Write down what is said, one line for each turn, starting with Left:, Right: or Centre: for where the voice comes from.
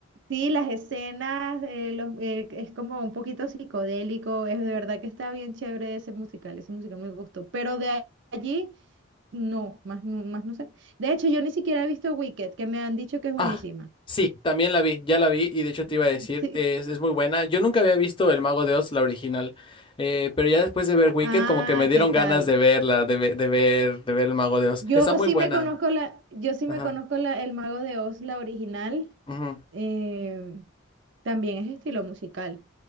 Right: sí, las escenas, eh, los, eh, es como un poquito psicodélico, es de verdad que está bien chévere ese musical, ese musical me gustó, pero de a- allí, no, más, no- más no sé. De hecho, yo ni siquiera he visto Wicked, que me han dicho que es buenísima.
Left: Ah, sí, también la vi, ya la vi y de hecho te iba a decir,
Right: <laughs> Sí.
Left: es, es muy buena. Yo nunca había visto El Mago de Oz, la original, eh, pero ya después de ver
Right: Ah,
Left: Wicked como que me dieron
Right: ¿qué tal?
Left: ganas de verla, de, ve- de ver, de ver El Mago de Oz.
Right: Yo
Left: Está muy
Right: sí
Left: buena.
Right: me conozco la, yo sí me
Left: Ajá.
Right: conozco la, El Mago de Oz, la original,
Left: ujú,
Right: eh, también es estilo musical.